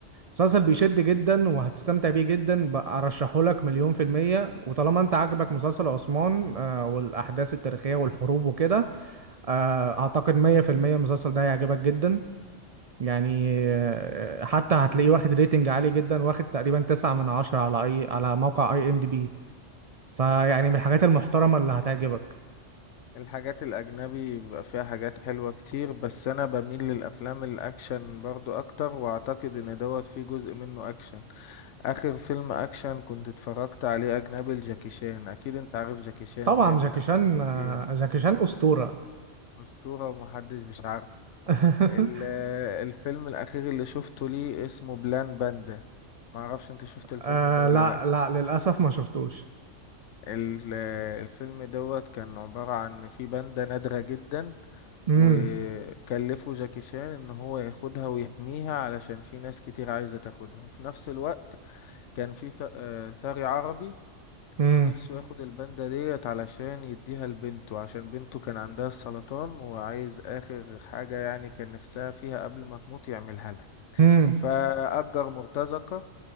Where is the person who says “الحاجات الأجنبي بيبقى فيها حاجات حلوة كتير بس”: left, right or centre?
Left